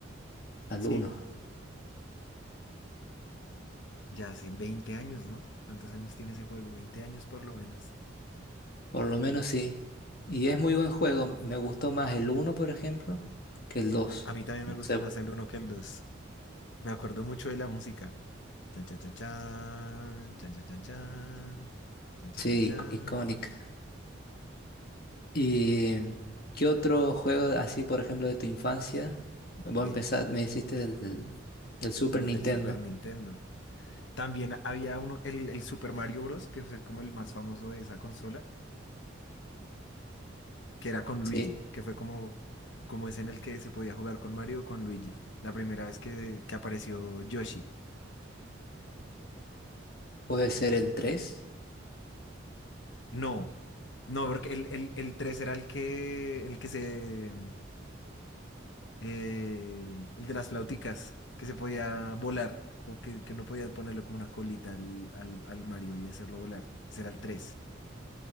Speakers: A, on the left (about 50°); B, on the left (about 65°).
A: al
B: Sí,
A: uno
B: ya hace 20 años, ¿no? ¿Cuántos años tiene ese juego? veinte años por lo menos.
A: Por lo menos sí. Y es muy buen juego. Me gustó más el uno por ejemplo, que el dos
B: A mí también
A: No
B: me gustó
A: sé.
B: más el uno que el dos Me acuerdo mucho de la música. Chan, chan, chan, chan, chan, chan, chan, chan, chan, chan,
A: Sí,
B: chan, chan.
A: ic- icónica. ¿Y qué otro juego así, por ejemplo, de tu infancia? Vos
B: De,
A: empezar me hiciste del, del Super
B: desde
A: Nintendo.
B: el Super Nintendo. También había uno, el, el Super Mario Bros., que es como el más famoso de esa consola, que era con
A: Sí,
B: Luigi, que fue como, como ese en el que se podía jugar con Mario o con Luigi. La primera vez que, que apareció Yoshi.
A: puede ser el tres
B: No, no, porque el, el, el 3 era el que, el que se, eh, el de las flauticas, que se podía volar, como que, que uno podía ponerle como una colita al, al, al Mario y hacerlo volar. Ese era el tres